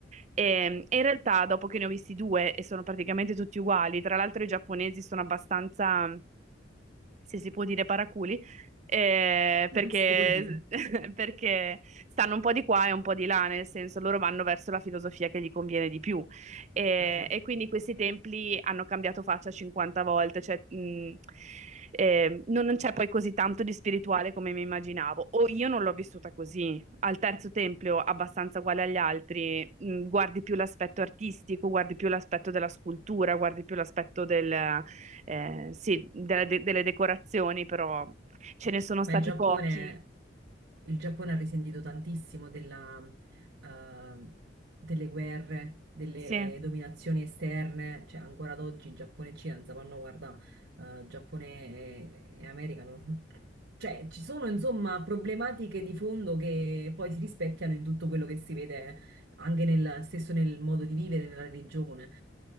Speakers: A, on the right (about 35°); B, on the right (about 70°).
A: E, e in realtà, dopo che ne ho visti due e sono praticamente tutti uguali, tra l'altro i giapponesi sono abbastanza se si può dire paraculi, eh,
B: <laughs>
A: perché,
B: Che si può dire?
A: <laughs> perché stanno un po' di qua e un po' di là, nel senso loro vanno verso la filosofia che gli conviene di più. E,
B: Ah, certo.
A: e quindi questi templi hanno cambiato faccia 50 volte, cioè, mh, eh, non non c'è poi così tanto di spirituale come mi immaginavo, o io non l'ho vissuta così. Al terzo tempio, abbastanza uguale agli altri, mh, guardi più l'aspetto artistico, guardi più l'aspetto della scultura, guardi più l'aspetto del, eh, sì, della de- delle decorazioni, però ce ne sono
B: Ma
A: stati
B: il Giappone,
A: pochi.
B: il Giappone ha risentito tantissimo della, eh, delle guerre, delle
A: Sì.
B: dominazioni esterne, cioè ancora ad oggi Giappone e Cina non si fanno guardare, eh, Giappone e, e America non- <laughs> Cioè, ci sono insomma problematiche di fondo che poi si rispecchiano in tutto quello che si vede anche nel, stesso nel modo di vivere, nella religione.